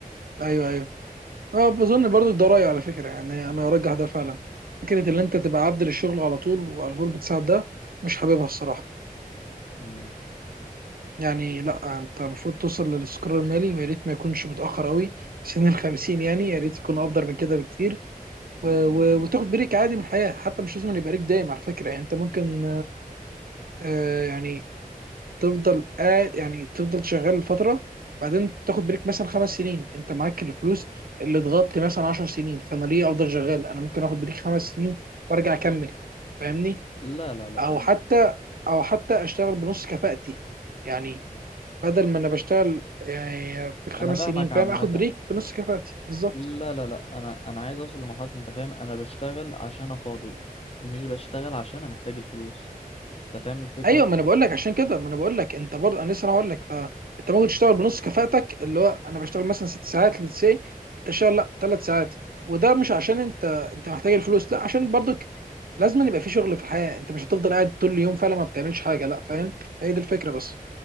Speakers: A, on the right; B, on the left.
A: أيوه أيوه أه بظن برضو ده رأيي على فكرة يعني أنا أرجح ده فعلا فكرة إن أنت تبقى عبد للشغل على طول وعلى طول بتساعد ده مش حاببها الصراحة
B: مم.
A: يعني لأ أنت المفروض توصل للاستقرار المالي ويا ريت ما يكونش متأخر أوي سن الخمسين يعني يا ريت يكون أفضل من كده بكتير و... و... وتاخد بريك عادي من الحياة حتى مش لازم يبقى ليك دايم على فكرة يعني أنت ممكن آه، يعني تفضل آه يعني تفضل شغال فتره بعدين تاخد بريك مثلا خمس سنين انت معاك الفلوس اللي اتغطي مثلا عشر سنين فانا ليه افضل شغال انا ممكن اخد بريك خمس سنين وارجع اكمل فاهمني
B: لا لا لا
A: او
B: انا
A: حتى او حتى اشتغل بنص كفاءتي يعني بدل ما انا بشتغل آه، في الخمس
B: انا فاهمك
A: سنين فاهم
B: عامه
A: اخد بريك بنص كفاءتي بالظبط
B: لا لا لا انا انا عايز اوصل لمرحله انت فاهم انا بشتغل عشان انا فاضي مش بشتغل عشان انا محتاج الفلوس انت فاهم الفكره
A: ايوه ما انا بقول لك عشان كده ما انا بقول لك انت برضه انا لسه هقول لك فانت ممكن تشتغل بنص كفاءتك اللي هو انا بشتغل مثلا ست ساعات للسي تشتغل لا ثلاث ساعات وده مش عشان انت انت محتاج الفلوس لا عشان برضك لازم يبقى في شغل في الحياه انت مش هتفضل قاعد طول اليوم فعلا ما بتعملش حاجه لا فاهم هي دي الفكره بس